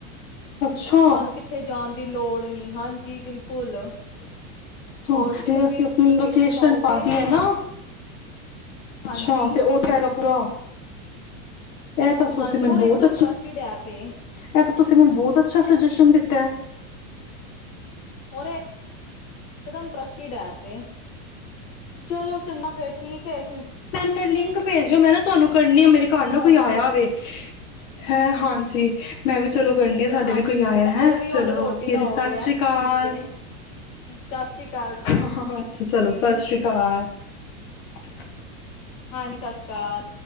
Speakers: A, on the left; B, on the left.
A: ਅੱਛਾ
B: ਤੁਹਾਨੂੰ ਕਿੱਥੇ ਜਾਣ ਦੀ ਲੋੜ ਨੀ ਹਾਂਜੀ ਬਿਲਕੁਲ।
A: ਹ
B: ਔਰ ਜਿੱਥੇ
A: ਜਿਵੇਂ, ਅਸੀਂ
B: ਦੀ
A: ਆਪਣੀ
B: ਤੁਸੀਂ
A: ਲੋਕੇਸ਼ਨ
B: ਪਾਓਗੇ
A: ਪਾ ਦੀਏ ਨਾ,
B: ਹਾਂਜੀ,
A: ਅੱਛਾ ਤੇ ਉਹ ਪੂਰਾ। ਇਹ ਤਾਂ ਸੁਸੀਂ
B: ਹਾਂਜੀ
A: ਮੈਨੂੰ
B: ਔਰ
A: ਬਹੁਤ
B: ਇਕਦਮ
A: ਅੱਛੀ,
B: ਟਰੱਸਟਿਡ ਐਪ ਏ।
A: ਇਹ ਤਾਂ ਤੁਸੀਂ ਮੈਨੂੰ ਬਹੁਤ ਅੱਛਾ ਸੁਜੇਸ਼ਨ ਦਿੱਤ ਤੈ
B: ਔਰ ਇਕਦਮ ਟਰਸਟੀਡ ਐਪ ਏ ਚਲੋ, ਚੰਗਾ ਫੇਰ ਠੀਕ ਹੈ, ਕਿਉਂ
A: ਨੁ ਲਿੰਕ ਭੇਜਿਓ ਮੈਂ ਨਾ ਤੁਹਾਨੂੰ ਕਰਨੀਆ ਮੇਰੇ ਘਰ ਨਾ
B: ਹੁਣ
A: ਕੋਈ ਆਇਆ ਵੇ। ਹੈਂ, ਹਾਂਜੀ। ਮੈਂ ਵੀ
B: ਠੀਕ,
A: ਚਲੋ ਕਰਨੀ
B: ਠੀਕ
A: ਆ ਸਾਡੇ
B: ਹਾਂਜੀ
A: ਵੀ ਕੋਈ ਆਇਆ
B: ਇੱਧਰ
A: ਹੈ,
B: ਵੀ
A: ਚਲੋ
B: ਹੁਣ ਰੋਟੀ
A: ਓਕੇ
B: ਦਾ
A: ਜੀ, ਸਤਿ
B: ਹੋ ਗਿਆ
A: ਸ੍ਰੀ ਅਕਾਲ।
B: ਠੀਕ ਏ। ਸਤਿ ਸ੍ਰੀ ਅਕਾਲ
A: ਅੱਾ ਚਲੋ,
B: ਜੀ,
A: ਸਤਿ ਸ੍ਰੀ ਅਕਾਲ। ਕਾ
B: ਹਾਂਜੀ। ਸਤਿ ਸ੍ਰੀ ਅਕਾਲ।